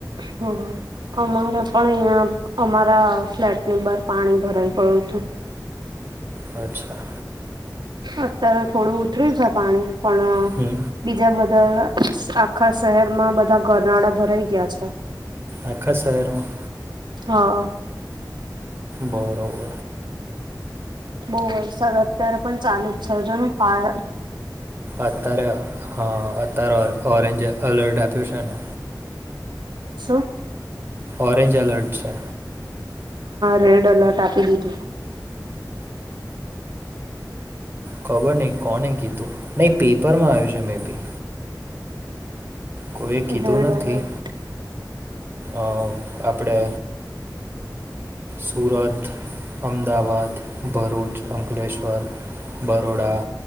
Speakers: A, on the right; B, on the right.
A: હમ. અમારે પણ અહીં અમારા ફ્લેટની બહાર પાણી ભરાઈ ગયું હતું.
B: અચ્છા.
A: અત્યારે થોડું ઉતરી છે, પાણી પણ
B: હમ
A: બીજા બધા આખા શહેર માં બધા ઘરનાળા ભરાઈ ગયા છે.
B: આખા શહેરમાં.
A: હા.
B: બરોબર
A: બહુ વરસાદ અત્યારે પણ ચાલુ જ સર્જનું ફાર
B: અત્યારે હા અત્યારે ઓરેન્જ અલર્ટ આપ્યું છે ને.
A: શું.
B: ઓરેન્જ અલર્ટ છે.
A: રેડ અલર્ટ આપી દીધું.
B: ખબર નહી કોને કીધું નહીં પેપરમાં આવ્યું છે મે બી કોઈએ કીધું
A: રેડ
B: નથી.
A: એલર્ટ.
B: અ આપણે સુરત અમદાવાદ ભરૂચ અંકલેશ્વર બરોડા